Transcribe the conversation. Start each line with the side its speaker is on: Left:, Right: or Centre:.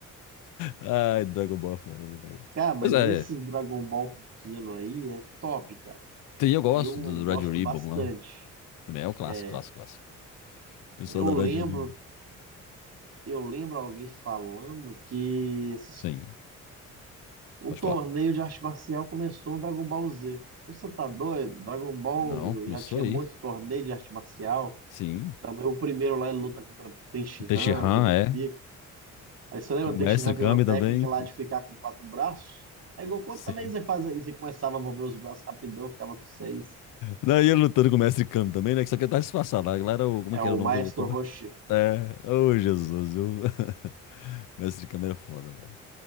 Left: Ai, Dragon Ball é foda, meu velho.
Right: Cara, mas
Left: Pois é,
Right: esse Dragon Ball pequeno aí é top, cara.
Left: tem, eu gosto
Right: Eu
Left: do
Right: gosto
Left: Red Ribbon
Right: bastante.
Left: lá. Também é o clássico,
Right: É,
Left: clássico, clássico. Pessoal
Right: eu
Left: da
Right: lembro,
Left: Red Ribbon.
Right: eu lembro alguém falando que esses
Left: Sim,
Right: Um
Left: pode
Right: torneio
Left: falar.
Right: de arte marcial começou no Dragon Ball Z. Então, Você tá doido? Dragon Ball
Left: Não, começou
Right: já tinha
Left: aí.
Right: muito torneio de arte marcial.
Left: Sim.
Right: Também o primeiro lá ele luta contra Ten Shin-Han,
Left: Teixe é.
Right: contra Pika. Aí você lembra,
Left: Com o
Right: Ten
Left: mestre
Right: Shin-Han
Left: Kami
Right: tem uma técnica
Left: também?
Right: lá de ficar com quatro braços? Aí Goku
Left: Sim.
Right: também você faz isso e começava a mover os braços rapidão, ficava com seis.
Left: Não, e ele lutando com o mestre Kami também, né? Que só quer dar disfarçado lá. Lá era o. Como
Right: É
Left: é que
Right: o
Left: era o nome
Right: Maestro
Left: que ele botou lá?
Right: Roshi.
Left: É. Ô, Jesus, viu? <laughs> Mestre Kami era foda, velho.